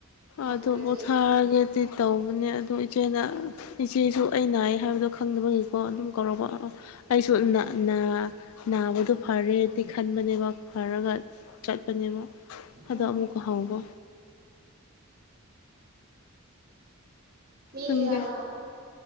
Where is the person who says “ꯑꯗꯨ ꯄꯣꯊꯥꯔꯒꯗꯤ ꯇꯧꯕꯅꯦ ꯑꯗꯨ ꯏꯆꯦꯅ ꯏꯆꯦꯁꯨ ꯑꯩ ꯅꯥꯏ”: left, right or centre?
Left